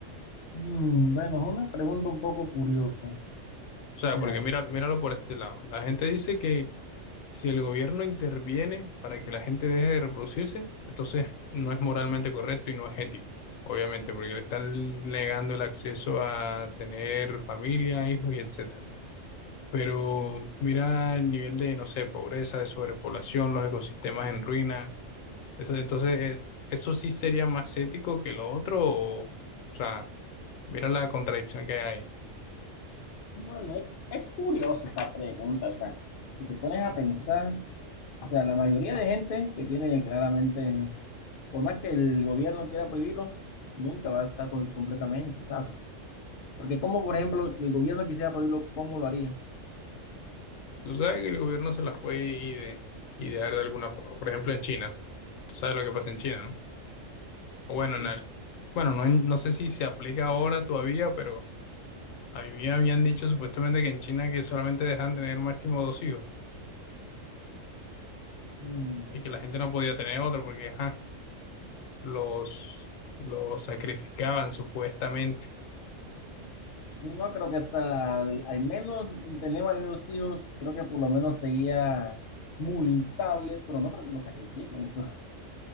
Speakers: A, on the left (about 55°); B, on the left (about 90°).
A: Mm, bueno, es una pregunta un poco curiosa. O
B: O sea,
A: sea,
B: porque mira, míralo por este lado. La gente dice que si el gobierno interviene para que la gente deje de reproducirse, entonces no es moralmente correcto y no es ético, obviamente, porque le están negando el acceso a tener familia, hijos y etcétera. Pero mira el nivel de, no sé, pobreza, de sobrepoblación, los ecosistemas en ruina. Eso, entonces, eh, eso sí sería más ético que lo otro. O, o sea, mira la contradicción que hay ahí.
A: bueno, es, es curiosa esa pregunta. O sea, si te pones a pensar, o sea, la mayoría de gente que tiene claramente, por más que el gobierno quiera prohibirlo, nunca va a estar con- completamente, ¿sabes? Porque como, por ejemplo, si el gobierno quisiera prohibirlo, ¿cómo lo haría?
B: Tú sabes que el gobierno se las puede ide- idear de alguna forma. Por ejemplo, en China. Tú sabes lo que pasa en China, ¿no? O Bueno,
A: ¿Qué?
B: en el- bueno, no, en- no sé si se aplica ahora todavía, pero a mí habían dicho supuestamente que en China que solamente dejan tener máximo dos hijos
A: Mm,
B: y que la gente no podía tener otro porque ajá, los, los sacrificaban supuestamente.
A: no creo que sea, al, al menos tenemos de dos hijos, creo que por lo menos sería multable, pero no creo que lo sacrifiquen, eso